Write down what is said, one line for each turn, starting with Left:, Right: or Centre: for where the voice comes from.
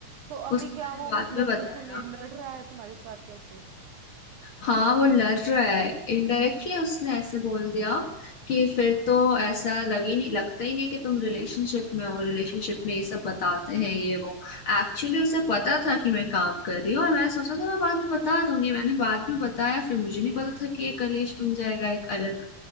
Right: तो अभी
Left: उसको
Right: क्या
Left: मैंने
Right: वो
Left: बाद
Right: मतलब
Left: में बताया
Right: तुम्हें लड़ रहा है तुम्हारे साथ कैसे
Left: हाँ वो लड़ रहा है इनडायरेक्टली उसने ऐसे बोल दिया कि फिर तो ऐसा लग ही नहीं लगता ही नहीं कि तुम रिलेशनशिप में हो रिलेशनशिप में ये सब बताते हैं ये वो एक्चुअली उसे पता था कि मैं काम कर रही हूँ और मैंने सोचा था मैं बाद में बता दूंगी मैंने बाद में बताया फिर मुझे नहीं पता था कि ये कलेश बन जाएगा एक अलग